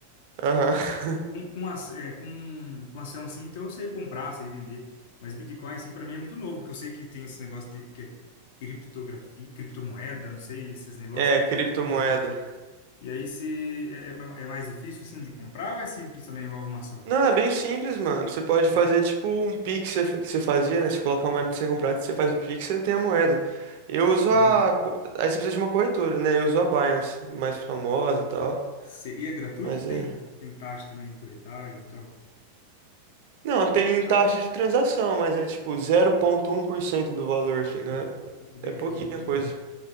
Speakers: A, on the right; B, on the left.
A: Aham. <laughs>
B: Com, com, as, é, com, com ação assim, então eu sei comprar, sei vender. Mas Bitcoin, assim, pra mim é muito novo, porque eu sei que tem esse negócio de. Que é criptografia, criptomoeda, não sei, esses negócios,
A: É,
B: eu
A: criptomoeda.
B: não não entendo muito. E aí se é, é é mais difícil assim de comprar ou é simples também igual uma ação?
A: Não, é bem simples, mano. Você pode fazer
B: É?
A: tipo um Pix que você que você fazia, né? Você coloca a moeda que você comprar, você faz o Pix, você tem a moeda. Eu
B: Se,
A: uso a. co- Aí você precisa de uma corretora, né? Eu uso a Binance, mais famosa e tal.
B: se, e é gratuito
A: Mas
B: ou tem,
A: é.
B: tem taxa também de corretagem e tal?
A: Não, tem
B: Sabe?
A: taxa de transação, mas é tipo zero vírgula um por cento do valor, entendeu?
B: É Bem
A: É, é pouquinha
B: pouco,
A: coisa.
B: né?